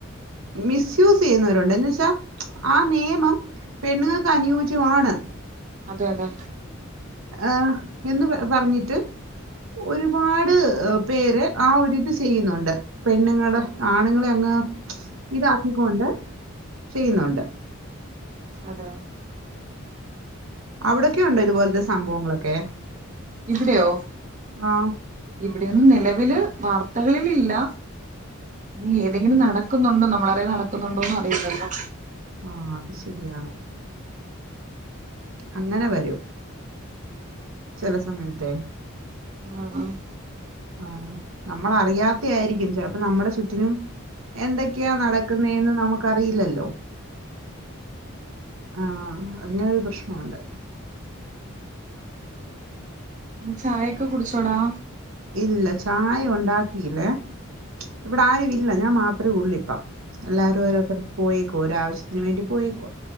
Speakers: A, on the right; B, on the right.
A: മിസ്യൂസ്സെയ്യുന്നവരുണ്ട് എന്ന് വെച്ചാ ആനിയമം പെണ്ണുങ്ങക്ക് അനുയോജ്യവാണ്
B: അതെഅതെ
A: ആഹ് എന്ന് പ പറഞ്ഞിട്ട് ഒരുപാട് പേര് ആ ഒരിത്ചെയിന്നുണ്ട് പെണ്ണുങ്ങളെ ആണുങ്ങളെഅങ്ങ് ഇതാക്കിക്കൊണ്ട് ചെയ്യുന്നൊണ്ട്
B: അതാ
A: അവ്ടൊക്കെണ്ടോ ഇതുപോൽത്തെ സംഭവങ്ങളൊക്കെ?
B: ഇവിടെയോ
A: ആ
B: ഇവിടെയൊന്നും നെലവില് വാർത്തകളിലില്ല ഇനിഏതെങ്കിലും
A: ആ
B: നടക്കുന്നുണ്ടോ നമ്മളറിയൻ നടക്കുന്നുണ്ടോന്ന് അറിയില്ലല്ലോ
A: ആഹ് അത്ശരിയാണ്. അങ്ങനെവരൂ ചെലെസമയത്തെ
B: ആഹ്
A: ആഹ് നമ്മളറിയാത്തെ ആരിക്കും ചിൽപ്പോനമ്മ്ടെചുറ്റിനും എന്തൊക്കെയാ നടക്കുന്നെന്ന്നമുക്കറിയില്ലല്ലോ? ആഹ് അങ്ങനെരുപ്രശ്നോണ്ട്
B: പി ചായെക്കെകുടിച്ചോടാ?
A: ഇല്ല ചായഉണ്ടാക്കീലേ ഇവ്ടെആരുഇല്ല ഞാൻമാത്രുഉള്ളിപ്പം എല്ലാരുംഓരോര്ത്ത പോയേക്കുവാ ഒരാവശ്യത്തിന് വേണ്ടി പോയേകുവ